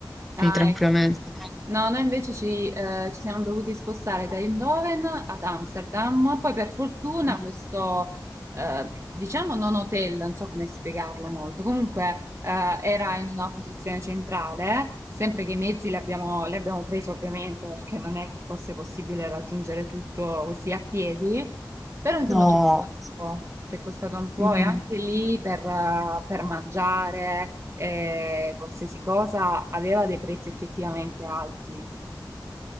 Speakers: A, on the right; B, in the centre.
A: Ah,
B: quindi tranquillamente.
A: ecco. No, noi invece ci, eh, ci siamo dovuti spostare da Eindhoven ad Amsterdam, poi per fortuna
B: Mh.
A: questo, eh, diciamo non hotel, non so come spiegarlo molto, comunque eh, era in una posizione centrale, sempre che i mezzi li abbiamo, li abbiamo presi ovviamente perché non è che fosse possibile raggiungere tutto così a piedi, però insomma
B: No.
A: ci è costato un po', ci è costato un po'
B: Mh.
A: e anche lì per eh, per mangiare eh, qualsiasi cosa, aveva dei prezzi effettivamente alti.